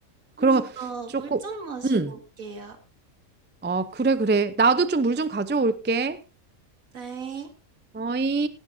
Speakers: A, on the right (about 15°); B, on the right (about 75°).
A: 그러면
B: 언니, 저
A: 조금,
B: 물 좀 마시고
A: 응.
B: 올게요.
A: 어, 그래, 그래. 나도 좀 물 좀 가져올게.
B: 네.
A: 어이.